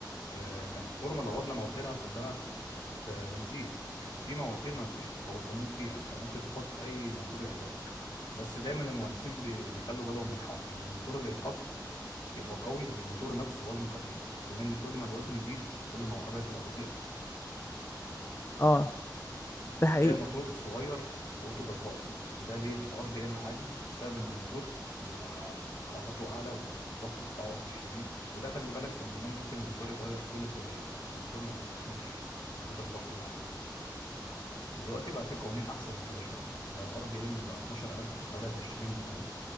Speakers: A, on the left; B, on the left.
A: آه، كان الفورمه اللي عوضنا مواتيرها كلها كانت آه، بنزين كان في مواتير ما فيش قو- قانون فيها انت ممكن تحط اي موتور يعجبك بس دايما المهندسين بي- بيخلوا بالهم من حاجه ان الموتور اللي يتحط يبقى قوي والموتور نفسه وزنه خفيف كمان كل ما الوزن يزيد كل ما العربيه تبقى بطيئه
B: اه ده حقيقي
A: تلاقي موتور صغير قوته جبارة ده ليه للار بي ام عالي وبسبب ان الموتور بيبقى حرارته اعلى والض- والضغط بتاعه شديد وده خلي بالك كان زمان ممكن الموتور يتغير كل سباقين الموتور ما بيستحملش من كتر الضغط اللي عليه دلوقتي بقى في قوانين احسن من كده شويه بقى الار بي ام بقى 12000 بدل 20 زمان